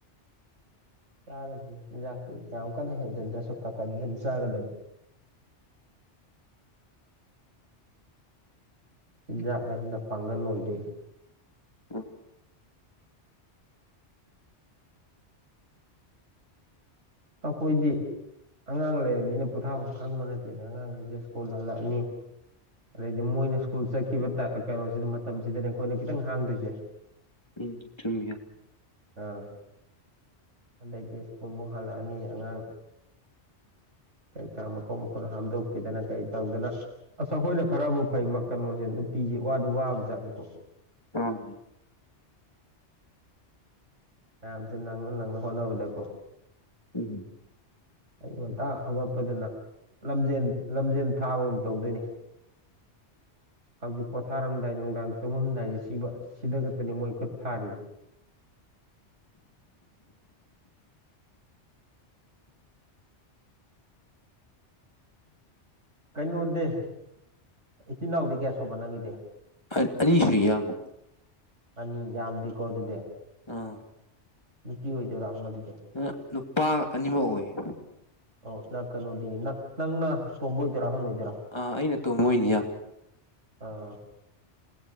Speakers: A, on the right; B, on the left.
A: ꯆꯥꯒꯗꯕꯅꯤ ꯆꯤꯟꯖꯥꯛꯇꯤ ꯌꯥꯝ ꯀꯟꯅ ꯍꯦꯟꯖꯤꯟꯗ꯭ꯔꯁꯨ ꯈꯔ ꯈꯔ ꯗꯤ ꯑꯗꯨꯝ ꯆꯥꯒꯗꯕꯅꯤ ꯆꯤꯟꯖꯥꯛ ꯍꯥꯏꯁꯤꯅ ꯄꯥꯡꯒꯜ ꯑꯣꯏꯗꯣꯏꯅꯤ
B: ꯎꯝ
A: ꯑꯩꯈꯣꯏꯗꯤ ꯑꯉꯥꯡ ꯂꯩꯔꯕꯅꯤꯅ ꯄꯣꯊꯥꯐꯝ ꯈꯪꯕ ꯅꯠꯇꯦꯗ ꯑꯉꯥꯡꯈꯩꯁꯦ ꯁ꯭ꯀꯨꯜ ꯍꯜꯂꯛꯑꯅꯤ ꯑꯗꯩꯗꯤ ꯃꯣꯏꯅ ꯁ꯭ꯀꯨꯜ ꯆꯠꯈꯤꯕ ꯀꯩꯅꯣꯁꯤꯗ ꯃꯇꯝꯁꯤꯗꯅꯦ ꯑꯩꯈꯣꯏꯅ ꯈꯤꯇꯪ ꯍꯥꯡꯗꯣꯏꯁꯦ
B: ꯎꯝ ꯆꯨꯝꯃꯤ ꯏꯌꯥꯝ
A: ꯑꯥ ꯑꯗꯩꯗꯤ ꯁ꯭ꯀꯨꯜꯃꯨꯛ ꯍꯜꯂꯛꯑꯅꯤ ꯑꯉꯥꯡ ꯀꯩꯀꯥ ꯃꯈꯣꯡ ꯃꯈꯨꯠ ꯍꯥꯝꯗꯣꯛꯄꯤꯗꯅ ꯀꯩ ꯇꯧꯗꯅ ꯑꯁ ꯑꯩꯈꯣꯏꯅ ꯈꯔꯕꯨ ꯐꯩ ꯀꯩꯅꯣꯁꯦ ꯅꯨꯄꯤꯁꯦ ꯋꯥꯗꯤ ꯋꯥꯕꯖꯥꯠꯅꯤꯀꯣ
B: ꯑꯝ
A: ꯃꯌꯥꯝꯁꯦ ꯅꯪꯅ ꯅꯪꯅ ꯍꯣꯠꯅꯕꯗꯀꯣ
B: ꯎꯝ
A: ꯑꯌꯨꯛ ꯉꯟꯇꯥ ꯍꯧꯒꯠꯄꯗꯨꯅ ꯂꯝꯖꯦꯟ ꯂꯝꯖꯦꯟ ꯊꯥꯕꯒꯨꯝ ꯇꯧꯗꯣꯏꯅꯤ ꯍꯧꯖꯤꯛ ꯄꯣꯊꯥꯔꯝꯗꯥꯏ ꯅꯨꯡꯗꯥꯡ ꯇꯨꯝꯃꯝꯗꯥꯏꯁꯦ ꯁꯤꯕ ꯁꯤꯗ ꯈꯛꯇꯅꯦ ꯃꯣꯏ ꯈꯨꯠ ꯊꯥꯔꯤꯁꯦ ꯀꯩꯅꯣꯗꯤ ꯏꯆꯤꯟ ꯏꯅꯥꯎꯗꯤ ꯀꯌꯥ ꯁꯨꯕ ꯅꯪꯒꯤꯗꯤ
B: <unintelligible> ꯑꯅꯤꯁꯨꯏ ꯏꯌꯥꯝꯕ
A: ꯑꯅꯤ ꯌꯥꯝꯗꯦꯀꯣ ꯑꯗꯨꯗꯦ
B: ꯑꯥ
A: ꯅꯨꯄꯤ ꯑꯣꯏꯗꯣꯏꯔꯥ ꯑꯃꯗꯨꯗꯤ
B: ꯚꯥ ꯅꯨꯄꯥ ꯑꯅꯤꯃꯛ ꯑꯣꯏꯌꯦ
A: ꯑꯣ ꯅꯪ ꯀꯩꯅꯣꯗꯤ ꯅꯪ ꯅꯪꯅ ꯑꯇꯣꯝꯕ ꯑꯣꯏꯗꯣꯏꯔꯥ ꯑꯍꯜ ꯑꯣꯏꯗꯣꯏꯔꯥ
B: ꯑꯥ ꯑꯩꯅ ꯑꯇꯣꯝꯕ ꯑꯣꯏꯅꯤ ꯏꯌꯥꯝꯕ
A: ꯑꯥ